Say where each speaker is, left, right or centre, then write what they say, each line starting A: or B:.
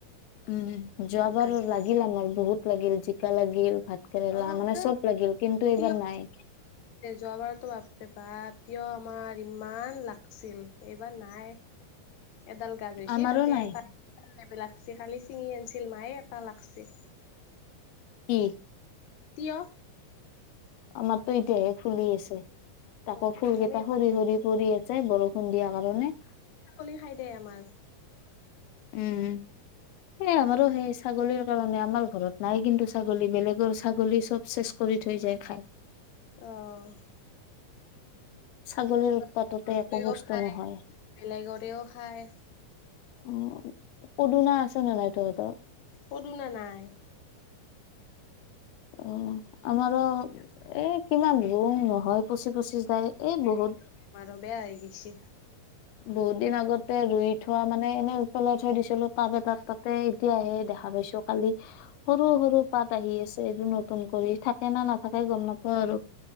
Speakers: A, on the left; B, on the left.
A: উম! যোৱাবাৰ
B: জিকা চিকা
A: লাগিল আমাৰ বহুত লাগিল। জিকা লাগিল, ভাত কেৰেলা
B: অ আমাৰো
A: মানে চব লাগিল, কিন্তু এইবাৰ
B: তিয়হ
A: নাই।
B: যোৱাবাৰতো বাপৰে বাপ তিঁয়হ আমাৰ ইমান লাগছিল, এইবাৰ নাই। এডাল গাজ হৈছে
A: আমাৰো
B: তাতে
A: নাই
B: এটা <unintelligible> লাগছি্, কালি ছিঙি আনিছিল মায়ে এটা লাগছি।
A: কি?
B: তিঁয়হ।
A: আমাৰতো এতিয়াহে ফুলি আছে, তাকো
B: উম
A: ফুল কেইটা
B: আমি
A: সৰি-সৰি পৰি আছ যায় বৰষুণ দিয়াৰ কাৰণে।
B: কলি খাই দে আমাৰ।
A: উম-উম! সেই আমাৰো
B: উম
A: সেই ছাগলীৰ কাৰণে। আমাৰ ঘৰত নাই কিন্তু ছাগলী, বেলেগৰ ছাগলী চব চেচ কৰি থৈ যায় খাই।
B: অঁ!
A: ছাগলীৰ
B: আমাৰ
A: উৎপাততে
B: ঘৰটোৱেও
A: একো বস্তু
B: খায়
A: নহয়।
B: বেলেগৰেও খায়
A: অঁ! পদুনা আছে নে নাই তহঁতৰ?
B: পদুনা নাই।
A: উম! আমাৰো এ কিমান লোণ নহয়। পচি-পচি যায় এই বহুত
B: মানুহ বেয়া হৈ গৈছে।
A: বহুত দিন আগতে ৰুই থোৱা মানে এনেই পেলাই থৈ দিছিলোঁ টাৱ এটাত তাতে। এতিয়া হে দেখা পাইছোঁ কালি। সৰু-সৰু পাত আহি আছে এইটো নতুন কৰি থাকে না নাথাকে গম নাপাওঁ আৰু।